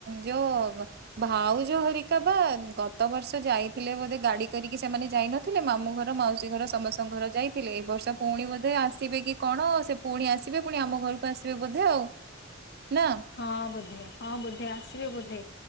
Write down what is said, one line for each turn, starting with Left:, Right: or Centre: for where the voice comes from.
Right: ଯୋଉ। ଭାଉଜ ହରିକା ବା ଗତ ବର୍ଷ ଯାଇଥିଲେ ବୋଧେ ଗାଡି କରିକି ସେମାନେ ଯାଇ ନଥିଲେ ମାମୁ ଘର ମାଉସୀ ଘର ସମସ୍ତଙ୍କ ଘର ଯାଇଥିଲେ ଏଇ ବର୍ଷ ପୁଣି ବୋଧେ ଆସିବେ କି କଣ ସେ ପୁଣି ଆସିବେ ପୁଣି। ତମ ଘରକୁ ଆସିବେ ବୋଧେ ଆଉ। ନା
Left: ହଁ ବଧେ ହଁ ବଧେ ଆସିବେ ବଧେ